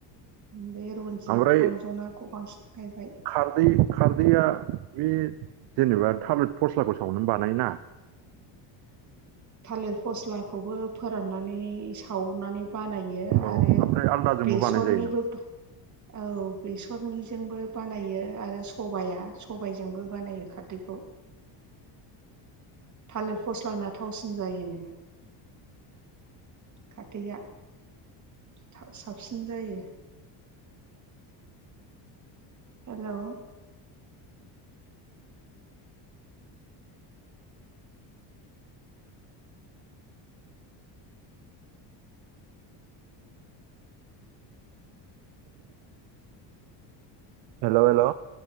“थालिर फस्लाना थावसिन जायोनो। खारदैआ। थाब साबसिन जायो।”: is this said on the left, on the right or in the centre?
Right